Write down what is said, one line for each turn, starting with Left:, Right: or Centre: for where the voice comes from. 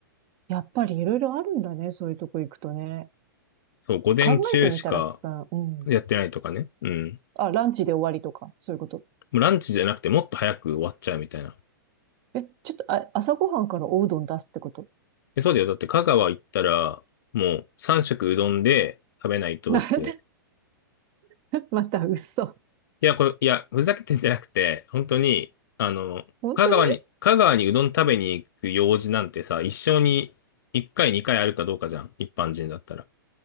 Right: やっぱりいろいろあるんだね。そういうとこ行くとね。
Left: そう、午前中しか
Right: 考えてみたらさ、うん。
Left: やってないとかね。うん。
Right: あ、ランチで終わりとか、そういうこと。
Left: もうランチじゃなくてもっと早く終わっちゃうみたいな。
Right: え、ちょっと、あ、朝ごはんからおうどん出すってこと
Left: え、そうだよ。だって香川行ったら、もう3食うどんで食べないと、
Right: <laughs> なんで
Left: だって。
Right: <laughs> また嘘。
Left: いや、これ、いや、ふざけてんじゃなくて、本当に、あの、
Right: 本当に
Left: 香川に、香川にうどん食べに行く用事なんてさ、一生に1回、2回あるかどうかじゃん。一般人だったら。